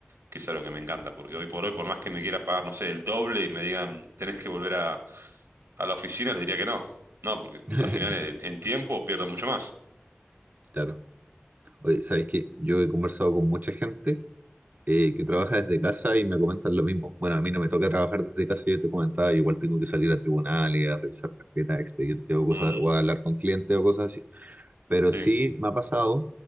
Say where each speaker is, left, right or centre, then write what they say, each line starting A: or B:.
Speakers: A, on the right; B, on the right.
A: que es algo que me encanta, porque hoy por hoy, por más que me quieran pagar, no sé, el doble y me digan, tenés que volver a, a la oficina, les diría que no. No, porque
B: <laughs>
A: al final en, en tiempo pierdo mucho más.
B: claro. Oye, ¿sabes qué? Yo he conversado con mucha gente eh, que trabaja desde casa y me comentan lo mismo. Bueno, a mí no me toca trabajar desde casa, yo te comentaba, yo igual tengo que salir a tribunales, a revisar carpetas, expedientes o cosas,
A: Mm,
B: o a hablar con clientes o cosas así. Pero
A: Sí.
B: sí me ha pasado